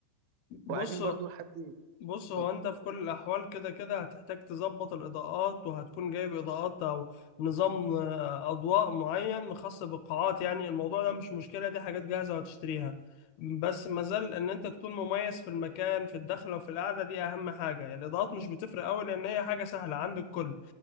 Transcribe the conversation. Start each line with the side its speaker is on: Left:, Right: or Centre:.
Left: بص
Right: وعايزين برضو حد
Left: بص
Right: يتفضل
Left: هو انت في كل الاحوال كده كده هتحتاج تظبط الاضاءات وهتكون جايب اضاءات او نظام آه، اضواء معين خاص بالقاعات يعني الموضوع ده مش مشكلة دي حاجات جاهزة وهتشتريها بس مازال ان انت تكون مميز في المكان في الدخلة وفي القعدة دي اهم حاجة يعني الاضاءات مش بتفرق قوي لان هي حاجة سهلة عند الكل